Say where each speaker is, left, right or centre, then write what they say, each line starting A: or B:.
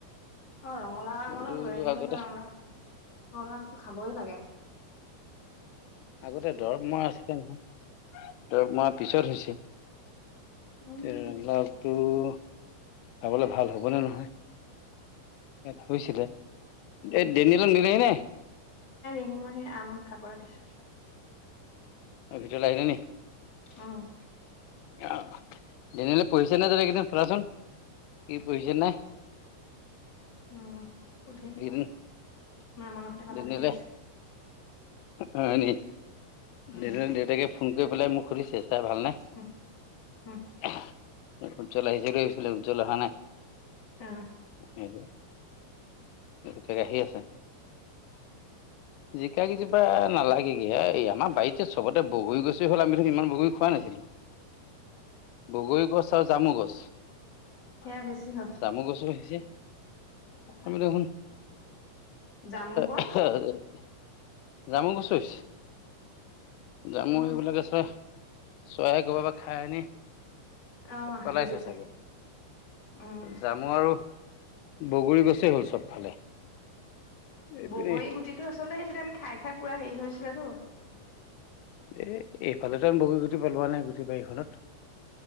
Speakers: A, on the left (about 25°); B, on the left (about 85°).
A: অ', ৰঙালাউ আগ
B: এই বোলো
A: অলপ লৈ আহিব <unintelligible>
B: আগতে
A: ৰঙালাউ-ৰঙালাউ আগ টো খাবই লাগে।
B: আগতে দৰৱ মৰা আছিলে নহয়, দৰৱ মৰা পিছত হৈছে।
A: উম,
B: ৰঙালাও আগটো খাবলে ভাল হ'ব নে নহয়? হৈছিলে,
A: উম,
B: এই দেনিয়েলক নিলেহি নে?
A: সৰুমাহি আম খাবলে দিছোঁ।
B: অ', ভিতৰলে আহিলে নি?
A: অ'।
B: অ', ডেনিয়েলে পঢ়িছে নাই এইকেইদিন সুধা চোন? সি পঢ়িছে নাই?
A: উম। সুধিম
B: এইকিদিণ,
A: মামনৰ সৈতে কথা
B: ডেনিয়েলে।
A: পাতি আছে
B: হয় নেকি?
A: উম,
B: দেনিয়েলৰ দেউতাকে ফোন কৰি পেলাই মোক সুধিছে, চাৰ ভালনে?
A: উম, উম,
B: উজ্জ্বল আহিছে দেই এইফালে, উজ্জ্বল অহা নাই।
A: অ'।
B: <unintelligible> তাক আহি আছে। জিকা কেইজোপা নালাগেগে, এই আমাৰ বাৰীত এ চবতে বগৰী গছি হ'ল আমিটো ইমান বগৰী খোৱাাই নাছিলোঁ। বগৰী গছ আৰু জামু গছ।
A: সেয়া বেছি হ'ল।
B: তামুল গছো হৈছে।
A: পকা
B: আমি দেখোন
A: জামু গছ
B: <unintelligible> জামু গছো হৈছে। জামু
A: অ',
B: এইবিলাক আছে, চৰাই ক'ৰবাৰ পৰা খাই আনি
A: অ', হাগি
B: পেলাইছে
A: দিয়ে
B: চাগে,
A: উম।
B: যাম মই আৰু, বগৰী গছে হ'ল চবফালে। এইপিনে
A: বগৰী গুটিটো আচলতে সেইদিনা আমি খাই-খাই পুৰা হেৰি হৈছিল তো।
B: এ এইফালেতো আমি বগৰী গুটি পেলোৱা নাই গুটেই বাৰীখনত।